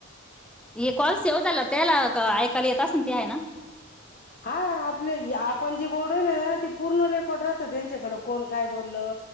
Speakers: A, in the centre; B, on the left.
A: ये कॉल सेव झाल्यावर त्याला ऐकायला येत असन ते हाय ना.
B: हा आपले हे आपण जे बोलय ना ते पूर्ण रेकॉर्ड राहत त्यांच्याकड कोण काय बोलल